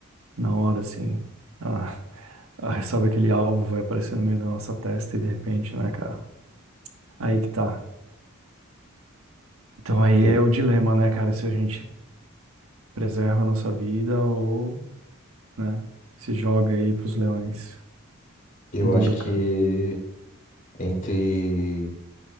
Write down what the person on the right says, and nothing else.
na hora, assim, ah, ah, sabe aquele alvo vai aparecer no meio da nossa testa e de repente, né, cara? Aí que tá. Então aí
é o dilema, né, cara, se a gente preserva a nossa vida ou, né, se joga aí pros leões.
Duro,
cara.